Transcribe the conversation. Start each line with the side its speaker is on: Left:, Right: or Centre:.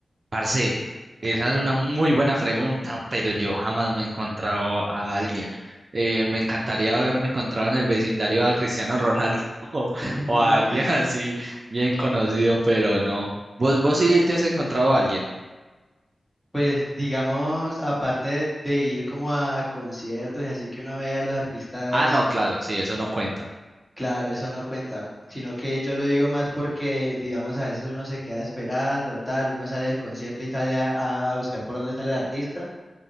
Right: Parce, esa es una muy buena pregunta, pero yo jamás me he encontrado a alguien. Eh, me encantaría haberme encontrado en el vecindario a Cristiano Ronaldo <laughs> o,
Centre: <laughs>
Right: o a alguien así bien conocido, pero no. ¿Vos, vos sí te has encontrado a alguien?
Centre: Pues digamos, aparte de ir como a conciertos y así que uno ve a los artistas
Right: Ah, no, claro, sí, eso no cuenta.
Centre: Claro, eso no cuenta, sino que yo lo digo más porque, digamos, a veces uno se queda esperando, tal, uno sale del concierto y sale a, a buscar por dónde sale el artista.